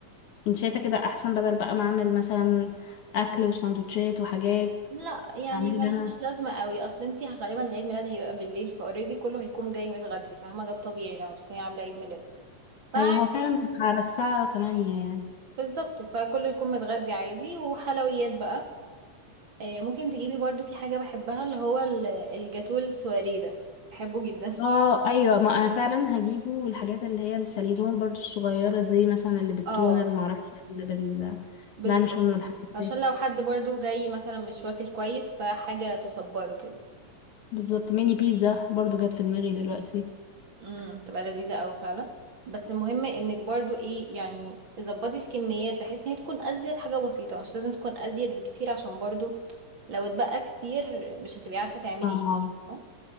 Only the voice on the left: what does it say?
انت شايفة كده احسن بدل بقى ما اعمل مثلا اكل وسندوتشات وحاجات
هعملها
انا
ايوه هو فعلا هيبقى على الساعة 8 يعني
اه ايوه ما انا فعلا هجيبه والحاجات اللي هي السليزون برضو الصغيرة زي مثلا اللي بالتونة
اللي معرفش اللي
باللانشون والحاجات
دي
بالظبط ميني بيتزا برضو جت في دماغي دلوقتي
اه